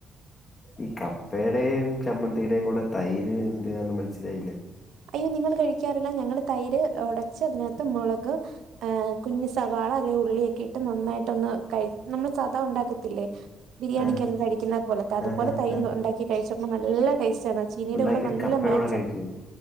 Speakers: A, on the left; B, on the right.
A: ഈ കപ്പേടേംചമ്മന്തിയുടെയും കൂടെ തൈര്എന്തിനാന്ന് മനസ്സിലായില്ല.
B: അയ്യോ നിങ്ങൾകഴിക്കാറില്ല ഞങ്ങള് തൈര്ഒടച്ച് അതിനകത്ത്മൊളക് ആഹ് കുഞ്സവാള അല്ലെങ്കിൽ ഉള്ളിയൊക്കെഇട്ട് നന്നായിട്ടൊന്ന്കയ് നമ്മൾസദാ ഉണ്ടാക്കത്തില്ലേ ബിരിയാണികൊകേ
A: ആ
B: കഴിക്കുന്ന പോലത്തെ അതുപോലെതൈര്
A: ആഹ് ആഹ് ആഹ്
B: ഒണ്ടാക്കി കഴിച്ച്പ്പോനല്ലടേസ്റ്റാണ്. ചീനീടെകൂടെനല്ലെ
A: ഉണ്ടാക്കിട്ട് കപ്പയുടെ
B: മേച്ച
A: കൂടെ കഴിക്കുവോ